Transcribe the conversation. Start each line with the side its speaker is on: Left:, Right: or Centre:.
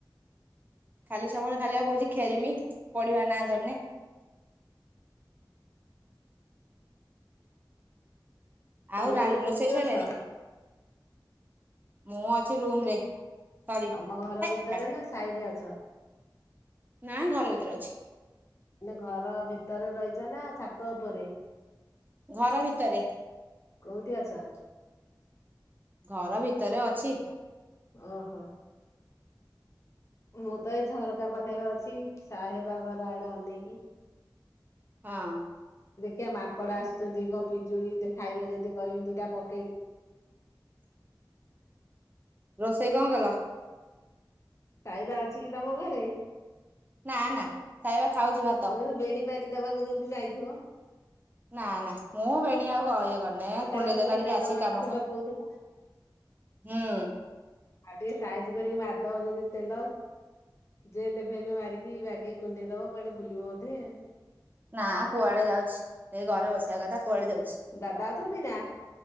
Right: ଖାଲି ସବୁ ବେଳେ ଖାଲି ଆ କହୁଛି ଖେଳିମି ପଢିବା ର ନା ଧରୁନି।
Left: ତମେ
Right: ଆଉ ରା
Left: ଏବେ
Right: ରୋଷେଇ
Left: କଉଠି
Right: ସଇଲାଣି
Left: ଅଛ?
Right: ମୁଁ ଅଛି ରୁମ୍ ରେ। ସରି
Left: ତମ ଘର
Right: ହେ
Left: ଭିତରେ
Right: କାଟ୍
Left: ନା ସାହିରେ ଅଛ,
Right: ନା ଘର ଭିତରେ ଅଛି
Left: ନା ଘର ଭିତରେ ରହିଛ ନା ଛାତ ଉପରେ?
Right: ଘର ଭିତରେ
Left: କୋଉଠି ଅଛ?
Right: ଘର ଭିତରେ ଅଛି।
Left: ଓହୋ। ମୁ ତ ଏ ଝରକ୍ କା ପାଖରେ ଅଛି ସାହେ ବା ଘର ଆଡେ ଅନେଇକି।
Right: ହଁ।
Left: କେ ମା କଡା ଆସୁଛନ୍ତି କ ପିଜୁଳି ଦେ ଖାଇବେ ଯଦି କହିବି ଦିଟା ପ
Right: ରୋଶ୍ ସେଇ କଣ କଲ?
Left: ଖାଇବା ଅଛି କି ତମ ଘରେ?
Right: ନା ନା ଖାଇବା ଖାଉଛି ଭାତ
Left: ମୁଁ କହିଲି ବେଣି ପାରି ଦବାକୁ ଯଦି ଯାଇଥିବ।
Right: ନା ନା ମୁଁ ବେଣୀ ଆଉ କରିଆ ଗଲେ
Left: ସକାଳେ
Right: କୁଣ୍ଡେଇ
Left: ତକ
Right: ଦେଲା ଟିକେ
Left: ତେଲ
Right: ଆସିିକି
Left: ମାରୁଥିଲ
Right: କାମ କର୍
Left: କହୁଥିଲ
Right: ହୁଁ।
Left: ଆଉ ଟିକେ ସାଇଜ କରିକି ମାରିଦବ ଯଦି ତେଲ ଜେଲ ଏ ଫେଲ ଏ ମାରିକି ବାଗେଇକି କୁଣ୍ଡେଇ ଦବ କୁଆଡେ ବୁଲିବ ବୋଧେ ଆଉ।
Right: ନା କୁଆଡେ ଯାଉଛି, ସେଇ ଘରେ ବସିବା କଥା କୁଆଡେ ଯାଉଛି?
Left: ଦାଦା ଅଛନ୍ତି ନା